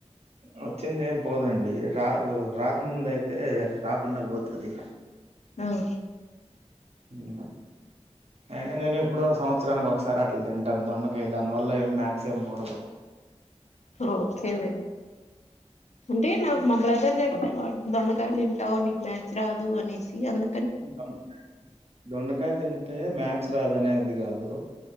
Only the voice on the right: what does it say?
వచ్చింది ఏం పోదండి రా ఊరు రాక్ ముందు అయితే రాకుండా పోతాది.
ఉమ్. అయినా నేను ఎప్పుడో సంవత్సరానికి ఒకసారి అట్లా తింటాను దొండకాయ్ దానివల్ల ఏం మ్యాక్స్ ఏం పోడదు.
ద దొండకాయలు తింటే మ్యాక్స్ రాదనేది కాదు.